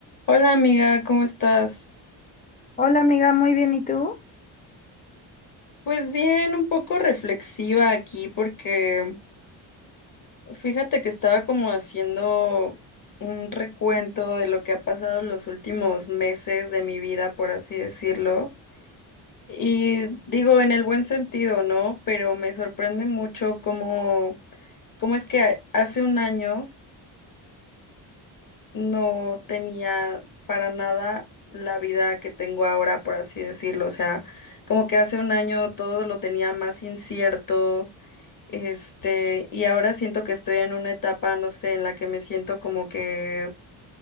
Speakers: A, on the left (about 45°); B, on the left (about 15°).
A: Hola amiga, ¿cómo estás?
B: Hola amiga, muy bien, ¿y tú?
A: Pues bien, un poco reflexiva aquí porque fíjate que estaba como haciendo un recuento de lo que ha pasado en los últimos meses de mi vida, por así decirlo. Y digo en el buen sentido, ¿no? Pero me sorprende mucho cómo, cómo es que hace un año no tenía para nada la vida que tengo ahora, por así decirlo. O sea, como que hace un año todo lo tenía más incierto, este, y ahora siento que estoy en una etapa, no sé, en la que me siento como que,